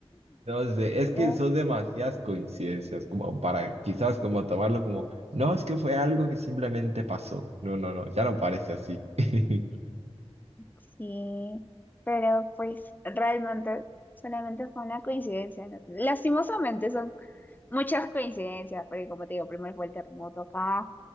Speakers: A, on the right; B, on the left.
A: No sé, es
B: pero
A: que son demasiadas coincidencias como para quizás como tomarlo como, no, es que fue algo que simplemente pasó. No, no, no, ya no parece así. <laughs>
B: Sí, pero pues realmente solamente fue una coincidencia, ¿no? Lastimosamente son muchas coincidencias, porque como te digo, primero fue el terremoto acá